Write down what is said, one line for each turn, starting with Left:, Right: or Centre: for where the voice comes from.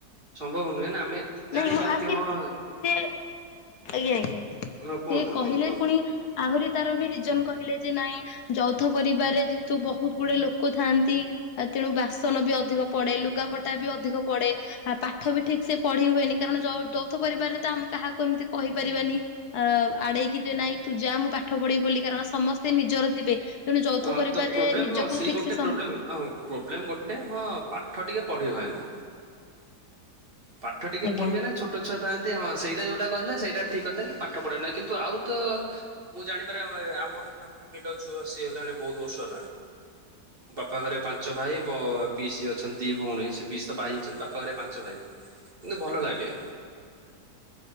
Right: ସମ ସମ୍ଭବ ନୁହେଁ ନା ଆମେ ଜାଣିବା
Left: ନାଇଁ ମୁଁ ଆସି
Right: କି ହଁ
Left: ସେ <inaudible>
Right: ହଁ କୁହନ୍ତୁ
Left: ସେ କହିଲେ
Right: କୁହନ୍ତୁ କୁହନ୍ତୁ।
Left: ପୁଣି ଆହୁରି ତାର ବି ରିଜନ୍ କହିଲେ ଯେ ନାଇଁ ଯୌଥ ପରିବାରରେ ଯେହେତୁ ବହୁତ ଗୁଡେ ଲୋକ ଥାଆନ୍ତି ତେଣୁ ବାସନ ବି ଅଧିକ ପଡେ ଲୁଗାପଟା ବି ଅଧିକ ପଡେ ଆ ପାଠ ବି ଠିକ୍ ସେ ପଢି ହୁଏନି କାରଣ ଯୌ ଯୌଥ ପରିବାରରେ ତ ଆମେ କାହାକୁ ଏମିତି କହିପାରିବାନି ଅ ଆଡେଇକି ଯେ ନାଇଁ ତୁ ଯା ମୁଁ ପାଠ ପଢିବି ବୋଲି କାରଣ ସମସ୍ତେ ନିଜର ଥିବେ। ତେଣୁ ଯୌଥ
Right: ହଁ
Left: ପରିବାରରେ
Right: ତ ପ୍ରୋବ୍ଲେମ୍
Left: ନିଜକୁ
Right: ହଁ ସେଇ
Left: ଠିକ
Right: ଗୋଟେ
Left: ସେ ସମ
Right: ପ୍ରୋବ୍ଲେମ୍ ହଁ ପ୍ରୋବ୍ଲେମ୍ ଗୋଟେ ହଁ ପାଠ ଟିକେ ପଢି ହଏନା। ପାଠ ଟିକେ
Left: ଆଜ୍ଞା
Right: ପଢିବେନା ଛୋଟ <inaudible> ଆ ଥାଆନ୍ତି ହଁ ସେଇଟା ଯୋଉଟା କହିଲେ ସେଇଟା ଠିକ୍ କଥା କି ପାଠ ପଢେନା କିନ୍ତୁ ଆଉ ତ ମୁଁ ଜାଣିପାରେ ଆମର ଜଏଣ୍ଟ୍ ଫ୍ୟାମିଲିରେ ଅଛୁ ଆସି ହେଲାଣି ବହୁତ ବର୍ଷ ହେଲାଣି, ବାପା ହେରିକା ପାଞ୍ଚ ଭାଇ ଭଅ ପିଇସୀ ଅଛନ୍ତି ଦି ଭଉଣୀ ସେ ପିଇସୀ ତ ବାହା ହେଇଯାଇଛନ୍ତି ବାପା ହେରିକା ପାଞ୍ଚ ଭାଇ। କିନ୍ତୁ ଭଲ ଲାଗେ।